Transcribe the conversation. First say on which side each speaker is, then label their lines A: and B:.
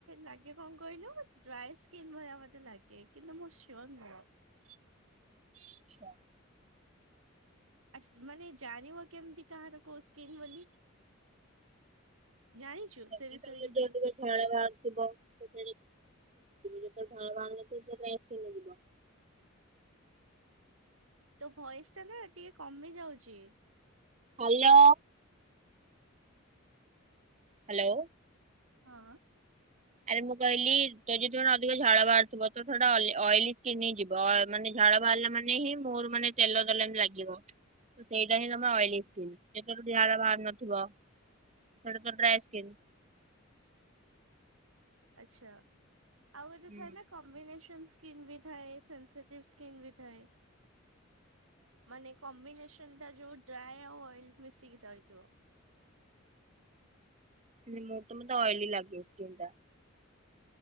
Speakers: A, on the right; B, on the right.
A: ଲାଗେ କଣ କହିଲୁ ଡ୍ରାଇ ସ୍କିନ୍ ଭଳିଆ ମତେ ଲାଗେ କିନ୍ତୁ ମୁଁ ସିୟୋର ନୁହଁ।
B: ଆଛା।
A: ଆ ମାନେ ଜାଣିବ କେମିତି କାହାର କୋଉ ସ୍କନ୍ ବୋଲି ଜାଣିଛୁ
B: ସେ
A: ବିଷୟରେ
B: ତ ଯଦି
A: କିଛି
B: ଅଧ ଶଳ ବାରଛି ବା ତ <unintelligible> ଯେତେ ଧ ବା <unintelligible>
A: ତୋ ଭଏସ ଟା ନା ଟିକେ କମି ଯାଉଚି।
B: ହାଲୋ। ହାଲୋ।
A: ହଁ।
B: ଆରେ ମୁଁ କହିଲି ତ ଯଦ ତମେ ଅଧିକ ଝାଳ ବାହାରୁଥିବ ତ ଟା ଅଏଲି ସ୍କିନ୍ ହିଁ ଯିବ ମାନେ ଝାଳ ବାହାରିଲା ମାନେ ହିଁ ମୋର ମାନେ ତେଲ ଦେଲେଣି ଲାଗିବ ତ ସେଇଟା ହିଁ ତମର ଅଏଲି ସ୍କିନ୍ ଯେତେବେ ଝାଳ ବାହହାର ନଥିବ ସେଟା ତ ଡ୍ରାଏ ସ୍କନ୍।
A: ଆଛା। ଆଉ ଗୋଟେ
B: ହୁଁ।
A: ଥାଏ ନା କମ୍ବିନେସନ ସ୍କିିନ ବି ଥାଏ ସେସଟିଭ ସ୍କିିନ ବି ଥାଏ। ମାନେ କମ୍ବିନେସନ ଟା ଯୋଉ ଡ୍ରାଏ ଆଉ ଅଏଲ ମିଶିକି ଯାଇଥିବ
B: ମୋ ମୋତେ ଅଏଲି ଲାଗେ ସ୍କିନ ଟା।